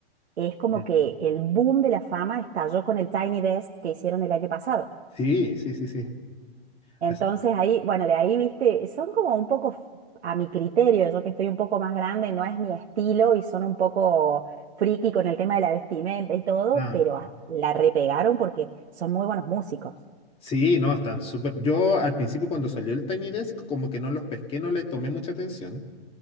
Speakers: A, on the right; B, on the left.
A: es como
B: Mm.
A: que el boom de la fama estalló con el Tiny Desk que hicieron el año pasado.
B: Sí, sí, sí, sí.
A: Entonces
B: Así-
A: ahí, bueno, de ahí, viste, son como un poco, f- a mi criterio, yo que estoy un poco más grande, no es mi estilo y son un poco friki con el tema de la vestimenta y todo,
B: ah,
A: pero a- la repegaron porque son muy buenos músicos.
B: Sí, no, están súper. Yo al principio cuando salió el Tiny Desk, como que no los pesqué, no le tomé mucha atención.